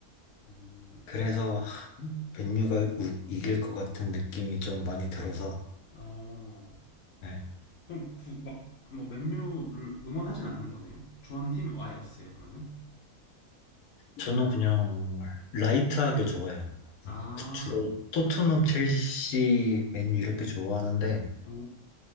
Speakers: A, on the left; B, on the left.
A: 음,
B: 그래서 하, 맨유가 우- 이길 것 같은 느낌이 좀 많이 들어서
A: 어,
B: 네.
A: 그럼 구, 막, 뭐 맨유를 응원하진 않는 거네요? 좋아하는 팀이 아예 없으세요, 그러면?
B: 저는 그냥 라이트하게 좋아요
A: 아,
B: 주로 토트넘 첼시 맨유 이렇게 좋아하는데
A: 오.